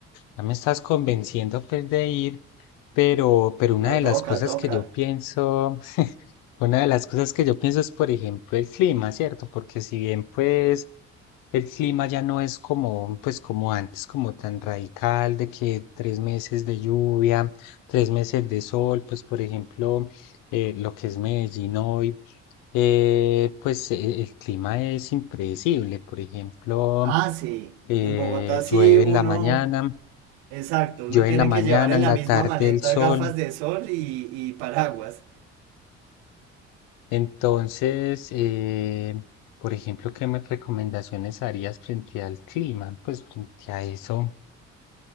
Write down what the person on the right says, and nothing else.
No,
toca,
toca.
Ah, sí.
En Bogotá sí
uno,
exacto,
uno tiene
que llevar en
la
misma
maleta
gafas de sol y, y paraguas.